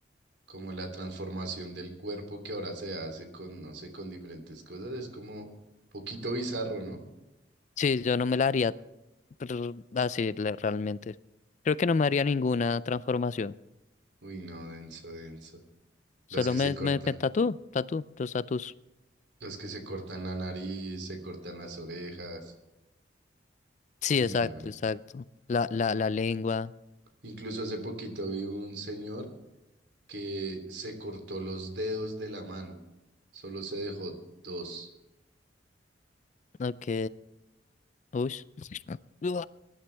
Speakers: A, on the right (about 70°); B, on the left (about 40°).
A: como la transformación del cuerpo que ahora se hace con, no sé, con diferentes cosas, es como poquito bizarro, ¿no?
B: Sí, yo no me la haría r- así le- realmente. Creo que no me haría ninguna transformación.
A: Uy, no, denso, denso.
B: Solo
A: Los que
B: me,
A: se cortan,
B: me, me tatúo, tatú, los tatús.
A: los que se cortan la nariz, se cortan las orejas.
B: Sí,
A: Uy,
B: exacto,
A: no, no.
B: exacto. La, la, la lengua.
A: Incluso hace poquito vi un señor que se cortó los dedos de la mano, solo se dejó dos.
B: Ok. Uy. <laughs>